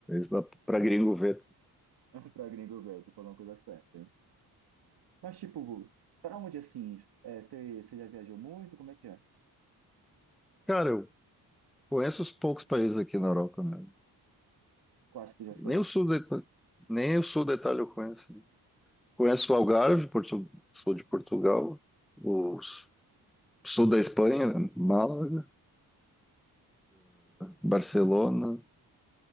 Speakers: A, in the centre; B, on the right.
A: lá, para gringo ver.
B: <laughs> Pra gringo velho, tu falou uma coisa certa, hein? Mas, tipo, pra onde, assim, é, você você já viajou muito? Como é que é?
A: Cara, eu conheço os poucos países aqui na Europa mesmo.
B: Quase que tu já foi.
A: Nem o sul da Ita- nem o sul da Itália eu conheço. Conheço o Algarve, Portu- sul de Portugal, o s- sul da Espanha, Málaga. Barcelona,